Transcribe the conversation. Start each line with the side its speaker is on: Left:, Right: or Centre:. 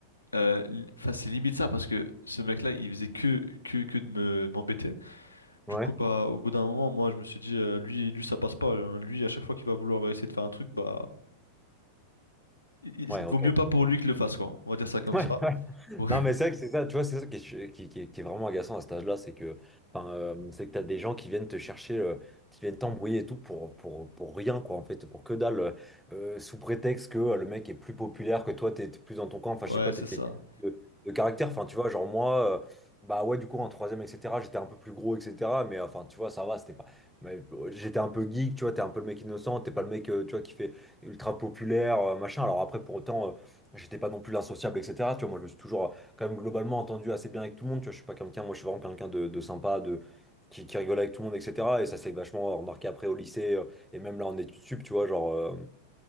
Left: euh, li- enfin, c'est limite ça parce que ce mec-là, il faisait que, que, que de me, m'embêter.
Centre: ouais.
Left: Du coup,
Centre: Ouais,
Left: bah, au bout d'un moment, moi, je me suis dit, euh, lui, lui, ça passe pas. hein. Lui, à chaque fois qu'il va vouloir essayer de faire un truc, bah, il- il-
Centre: Ouais,
Left: vaut
Centre: ok.
Left: mieux pas pour lui que le fasse, quoi. On va dire ça
Centre: <laughs>
Left: comme
Centre: Ouais,
Left: ça.
Centre: ouais.
Left: <laughs>
Centre: Non, mais c'est vrai que c'est ça, tu vois, c'est ça qui est, qui, qui est- qui est vraiment agaçant à cet âge-là, c'est que, enfin, euh, c'est que t'as des gens qui viennent te chercher, euh, qui viennent t'embrouiller et tout pour, pour, pour rien, quoi, en fait, pour que dalle, euh, euh, sous prétexte que euh, le mec est plus populaire que toi, t'es t'es plus dans ton camp, enfin,
Left: Ouais,
Centre: je sais pas,
Left: c'est
Centre: t'étais
Left: ça.
Centre: de, de caractère, enfin, tu vois, genre moi, euh, bah ouais, du coup, en troisième, etc., j'étais un peu plus gros, etc., mais euh, enfin, tu vois, ça va, c'était pas, mais, euh, j'étais un peu geek, tu vois, t'es un peu le mec innocent, t'es pas le mec, euh, tu vois, qui fait ultra populaire, euh, machin, alors après, pour autant. euh, J'étais pas non plus l'insociable, etc. Tu vois, moi, je me suis toujours, quand même, globalement entendu assez bien avec tout le monde. Tu vois, je suis pas quelqu'un, moi, je suis vraiment quelqu'un de, de sympa, de, qui, qui rigole avec tout le monde, etc. Et ça s'est vachement remarqué après au lycée, euh, et même là en études sup, tu vois, genre, euh,